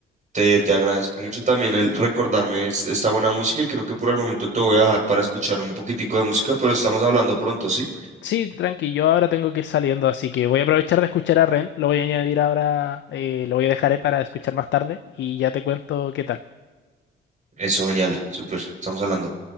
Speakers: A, on the right (about 40°); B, on the left (about 65°).
A: te, te agradezco mucho también el recordarme es- esta buena música y creo que por el momento te voy a dejar para escuchar un poquitico de música, pero estamos hablando pronto, ¿sí?
B: Sí, tranqui, yo ahora tengo que ir saliendo, así que voy a aprovechar de escuchar a Ren, lo voy a añadir ahora, eh, lo voy a dejar ahí para escuchar más tarde y ya te cuento qué tal.
A: Eso, genial, súper, estamos hablando.